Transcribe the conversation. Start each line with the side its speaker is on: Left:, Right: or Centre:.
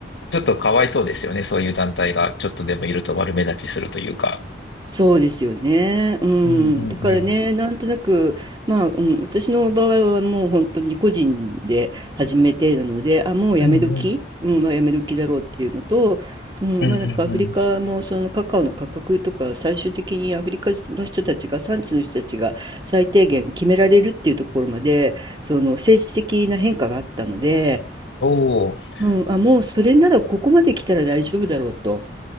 Left: ちょっとかわいそうですよね。そういう団体がちょっとでもいると悪目立ちするというか。
Right: そうですよね。うん。
Left: うんうんうん。
Right: だからね、なんとなく、まあ、うん、私の場合はもう本当に個人で始めてなので、あ、もうやめ時、
Left: うんうん。
Right: うん、まあやめ時だろうっていうのと、うん、
Left: うんうんうん。
Right: まあなんかアフリカもそのカカオの価格とか最終的にアフリカの人たちが産地の人たちが最低限決められるっていうところまでその政治的な変化があったので、
Left: おー。
Right: うん、あ、もうそれならここまで来たら大丈夫だろうと。